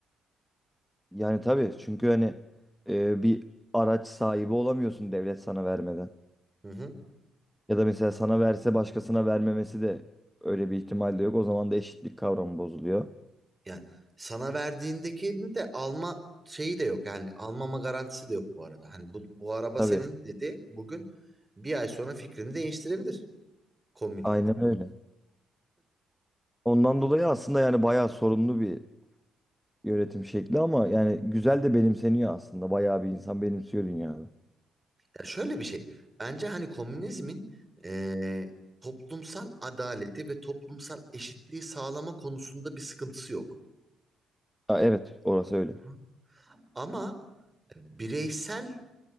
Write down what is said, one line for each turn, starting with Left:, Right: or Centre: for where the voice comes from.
Centre: Yani tabii çünkü hani e, bir araç sahibi olamıyorsun devlet sana vermeden.
Right: Hı hı.
Centre: Ya da mesela sana verse başkasına vermemesi de öyle bir ihtimal de yok. O zaman da eşitlik kavramı bozuluyor.
Right: Yani sana verdiğindeki de alma şeyi de yok. Yani almama garantisi de yok bu arada. Hani bu, bu araba
Centre: Tabii
Right: senin dedi bugün bir ay sonra fikrini değiştirebilir komün.
Centre: aynen öyle. Ondan dolayı aslında yani bayağı sorunlu bir yönetim şekli ama yani güzel de benimseniyor aslında. Bayağı bir insan benimsiyor dünyada.
Right: Ya şöyle bir şey. Bence hani komünizmin eee, toplumsal adaleti ve toplumsal eşitliği sağlama konusunda bir sıkıntısı yok.
Centre: Ha, evet orası öyle.
Right: Hı hı. Ama bireysel